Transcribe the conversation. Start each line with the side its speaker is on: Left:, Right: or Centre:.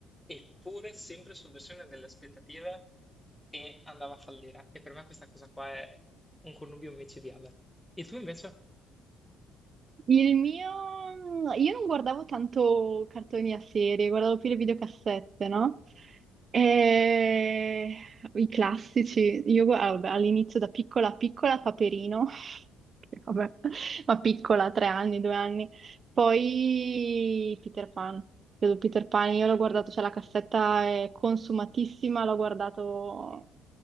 Centre: eppure sempre sovversione delle aspettative e andava a fallire. E per me questa cosa qua è un connubio micidiale. E tu invece?
Right: Il mio... Io non guardavo tanto cartoni a serie, guardavo più le videocassette, no? E... I classici. Io gu- ah, vabbè, all'inizio da piccola piccola Paperino, <laughs> che vabbè, ma piccola, tre anni, due anni. Poi Peter Pan. Credo Peter Pan, io l'ho guardato, cioè la cassetta è consumatissima, l'ho guardato